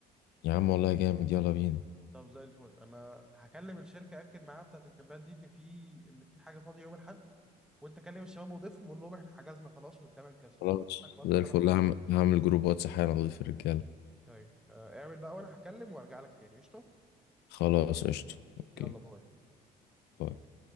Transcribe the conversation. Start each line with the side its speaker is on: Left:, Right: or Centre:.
Left: يا عم والله جامد يلا بينا
Centre: طب زي الفل انا هكلم الشركة اكد معاها بتاعة الكامبات دي ان في ان في حاجة فاضية يوم الاحد وانت كلم الشباب وضيفهم قول لهم احنا حجزنا خلاص والتمن كذا
Left: خلاص
Centre: عندك برضه
Left: زي
Centre: تمن
Left: الفل هعمل هعمل جروب واتس حالا اضيف الرجالة
Centre: طيب آه اعمل بقى وانا هكلم وارجع لك تاني قشطة
Left: خلاص قشطة اوكي
Centre: يلا باي
Left: باي